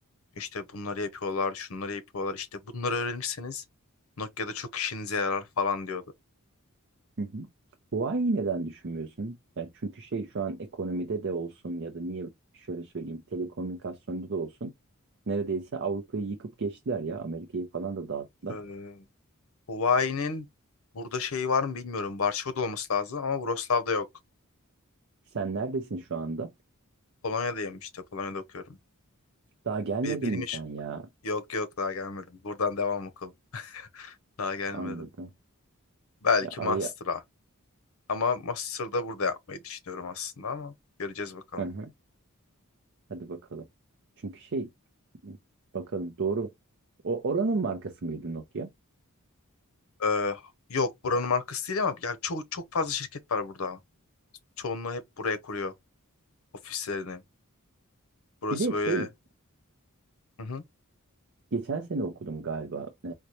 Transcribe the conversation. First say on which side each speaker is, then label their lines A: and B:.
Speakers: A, on the left; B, on the right.
A: İşte bunları yapıyorlar, şunları yapıyorlar. İşte bunları öğrenirseniz Nokia'da çok işinize yarar falan diyordu.
B: Hı hı. Huawei'yi neden düşünmüyorsun? Yani çünkü şey şu an ekonomide de olsun ya da niye şöyle söyleyeyim telekomünikasyonda da olsun. Neredeyse Avrupa'yı yıkıp geçtiler ya. Amerika'yı falan da dağıttılar.
A: Ee, Huvai'nin burada şeyi var mı bilmiyorum. Varşova'da olması lazım ama Wrocław'da yok.
B: Sen neredesin şu anda?
A: Polonya'dayım işte. Polonya'da okuyorum.
B: Daha gelmedin
A: Bir, benim
B: mi
A: iş
B: sen ya?
A: yok yok daha gelmedim. Buradan devam okul. Daha gelmedim.
B: Anladım.
A: Belki
B: Ya araya...
A: master'a. Ama master'da burada yapmayı düşünüyorum aslında ama göreceğiz bakalım.
B: <laughs> Hadi bakalım. Çünkü şey bakalım doğru. O oranın markası mıydı Nokia?
A: Ee, yok buranın markası değil ama ya çok çok fazla şirket var burada. Çoğunluğu hep buraya kuruyor ofislerini. Burası
B: Bir de
A: böyle.
B: şey
A: Hı hı.
B: geçen sene okudum galiba. Ee,